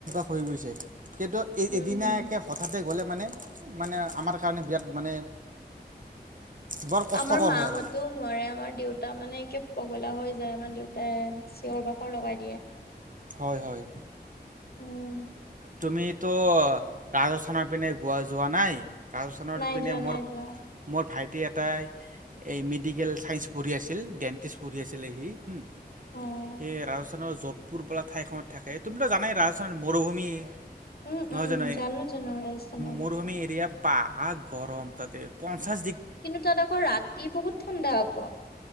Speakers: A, on the right; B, on the left.
A: হৈ গৈছে কিন্তু
B: উম
A: এদিনাকে হঠাতে গ'লে মানে আমাৰ কাৰণে বিয়াত মানে বৰ কষ্টকৰ
B: আমাৰ মাহতেও
A: হয় আৰু
B: নোৱাৰে আমাৰ দেউতা মানে পগলা হৈ যায় মানে দেউতাই চিঞৰ বাখৰ লগাই দিয়ে
A: হয় হয়
B: উম
A: তুমি তো ৰাজস্থানৰ পিনে গোৱা যোৱা নাই ৰাজস্থানৰ
B: নাই
A: পিনে
B: যোৱা
A: মোৰ
B: নাই যোৱা
A: মোৰ ভাইটি এ এটা এই মেডিকেল চাইঞ্চ পঢ়ি আছিল ডেন্টিষ্ট পঢ়ি আছিলে সি এ
B: অ
A: ৰাজস্থানৰ যত পুৰবলা ঠাইখনত থাকে তুমিতো জানাই ৰাজস্থান মৰুভূমি
B: উম,
A: নহয়
B: উম,
A: জানো
B: জানো ৰাজস্থানৰ
A: মৰুভূমি
B: বিষয়ে।
A: এৰিয়া বা হ গৰম তাতে পঞ্চাশ
B: কিন্তু তাত আকৌ ৰাতি বহুত ঠাণ্ডা আক